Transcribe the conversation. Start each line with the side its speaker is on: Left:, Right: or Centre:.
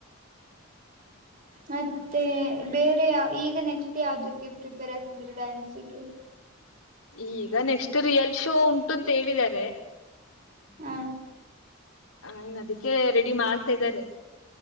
Right: ಮತ್ತೇ ಬೇರೆ ಈಗ ನೆಕ್ಸ್ಟ್ ಯಾವದಕ್ಕೆ ಪ್ರಿಪೇರ್ ಆಗ್ತೀದೀರೀ ಡ್ಯಾನ್ಸಿಗೆ
Left: ಈಗ ನೆಕ್ಸ್ಟ್ ರಿಯಲ್ ಶೋ ಉಂಟು ಅಂತ ಹೇಳಿದರೆ
Right: ಹ್ಮ
Left: ಹ ಇನ್ ಅದಕ್ಕೆ ರೆಡಿ ಮಾಡ್ತಿದರೆ